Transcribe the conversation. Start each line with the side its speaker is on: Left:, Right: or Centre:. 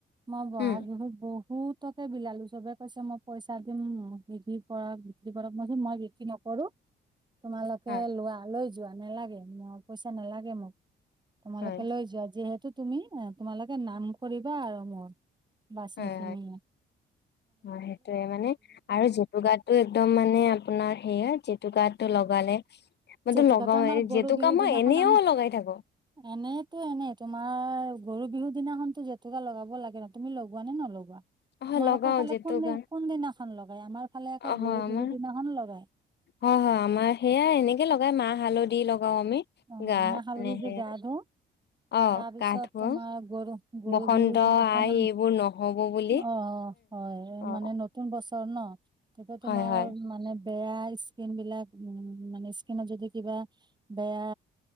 Right: মই বহাগ
Left: উম
Right: বিহুত বহুত বহুতোকে বিলালো চবে কৈছে মই পইচা দিম বিধি কৰক বিক্ৰী কৰক মই মই বিক্ৰী নকৰো কৰো তোমালোকে
Left: হয়
Right: লোৱা লৈ যোৱা নালাগে পইচা নালাগে মোক তোমালোকে
Left: হয়
Right: লৈ যোৱা যিহেতু তুমি তোমালোকে নাম কৰিবা আৰু মোৰ বছ
Left: হয়
Right: একখিনি
Left: হয় সেইটোয়ে মানে আৰু জেতুকা টোয়ে একদম মানে আপোনাৰ সেয়া জে জটুকটো লগালে মইতো
Right: জেতুকাটো
Left: লগাও
Right: আমাৰ
Left: হেৰি
Right: গৰু
Left: জেতুকা
Right: বিহুৰ
Left: মই
Right: দিনাখন
Left: এনেও
Right: আমি
Left: লগাই থাকো।
Right: এনেইতো এনেই তোমাৰ গৰু বিহু দিনাখনো জেতুকা লগাব লাগে ন তুমি লগোৱা নে নলোৱা। তোমালোকৰ
Left: অহ লগাও
Right: ফালে
Left: জেতুকা
Right: কোনদি কোন দিনাখন লগাই আমাৰ ফালে আকৌ
Left: অ আমাৰ
Right: গৰু বিহুৰ দিনাখন লগাই
Left: অ হয় আমাৰ সেয়া এনেকে লগাই মাহ হালধি লগ গ আমি
Right: অ
Left: গা
Right: মই হালধি
Left: মানেহে
Right: দি গা ধো
Left: অ
Right: তাৰ পিছত
Left: গা ধুৱ
Right: তোমাৰ গৰু গৰু
Left: বসন্ত
Right: বিহুৰ দিনাখন
Left: আই এইবোৰ নহব বুলি।
Right: অ হয়
Left: অ
Right: মানে নতুন বছৰ ন তেতিয়া তোমাৰ
Left: হয় হয়
Right: মানে বেয়া স্কিন বিলাক উ মানে স্কিনত যদি কিবা বেয়া